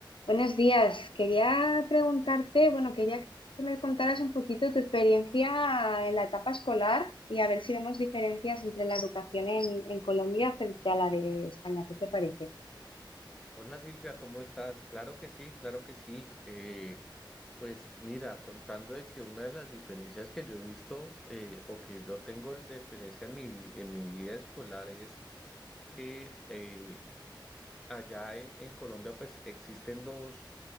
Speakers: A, on the left (about 85°); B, in the centre.
A: Buenos días. Quería preguntarte, bueno, quería que me contaras un poquito tu experiencia en la etapa escolar y a ver si vemos diferencias entre la educación en, en Colombia frente a la de España. ¿Qué te parece?
B: Hola Silvia, ¿cómo estás? Claro que sí, claro que sí. Eh, pues mira, contando de que una de las diferencias que yo he visto eh, o que yo tengo de experiencia en mi, vi- en mi vida escolar es que eh, allá en, en Colombia pues existen dos,